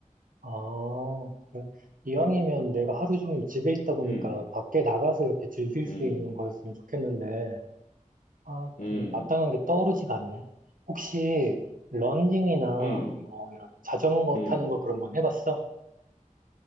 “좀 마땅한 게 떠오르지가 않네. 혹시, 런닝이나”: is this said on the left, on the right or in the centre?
Right